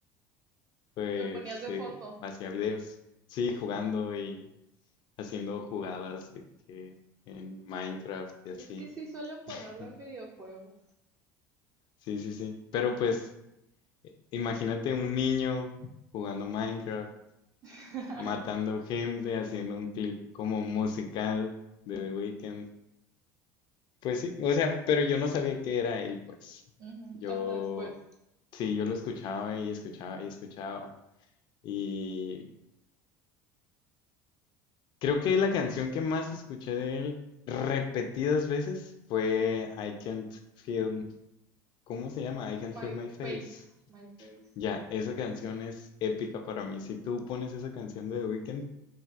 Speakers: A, on the left (about 55°); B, on the right (about 35°).
A: pues
B: Lo ponías de
A: eh,
B: fondo.
A: hacía videos, sí, jugando y haciendo jugadas de que en Minecraft y
B: Es
A: así.
B: que sí suelen ponerlo
A: <laughs>
B: en videojuegos.
A: Sí, sí, sí. Pero pues eh, imagínate un niño jugando Minecraft,
B: <laughs>
A: matando gente, haciendo un clip como musical de The Weeknd. Pues sí, o sea, pero yo no sabía que era él, pues.
B: Ujú,
A: Yo,
B: Hasta después.
A: sí, yo lo escuchaba y escuchaba y escuchaba. Y Creo que la canción que más escuché de él repetidas veces fue I Can't Feel, ¿cómo se llama? I Can't
B: My
A: Feel My Face.
B: Face, My Face.
A: Ya, esa canción es épica para mí. Si tú pones esa canción de The Weeknd,